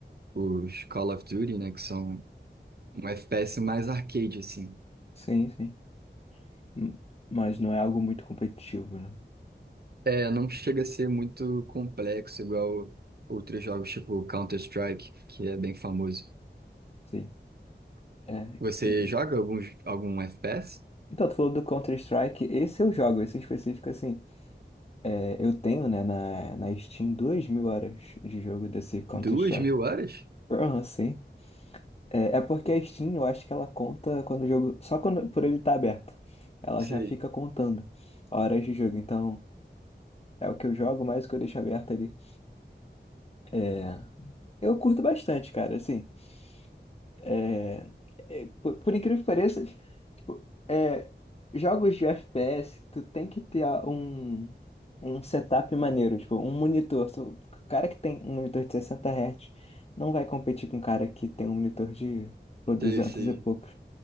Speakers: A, on the right (about 60°); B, on the left (about 35°).
A: os Call of Duty, né, que são um FPS mais arcade, assim.
B: Sim, sim. Hum, Mas não é algo muito competitivo, né?
A: É, não chega a ser muito complexo, igual outros jogos tipo Counter-Strike, que é bem famoso.
B: Sim. É.
A: Você
B: e-
A: joga alguns, algum, j- algum FPS?
B: Então, tu falou do Counter-Strike, esse eu jogo, esse em específico, assim. É, eu tenho, né, na, na Steam, 2 mil horas de jogo desse Counter-Strike.
A: Duas mil horas?
B: Ah, sim. É, é porque a Steam, eu acho que ela conta quando o jogo. Só quando por ele estar aberto. Ela
A: Sei,
B: já fica contando horas de jogo. Então, é o que eu jogo, mais o que eu deixo aberto ali. É, eu curto bastante, cara, assim. É, é, por, por incrível que pareça, tipo, é, jogos de FPS, tu tem que ter a- um, um setup maneiro, tipo, um monitor. Tu- o cara que tem um monitor de sessenta Hz não vai competir com o cara que tem um monitor de pô, 200
A: sei, sei.
B: e poucos.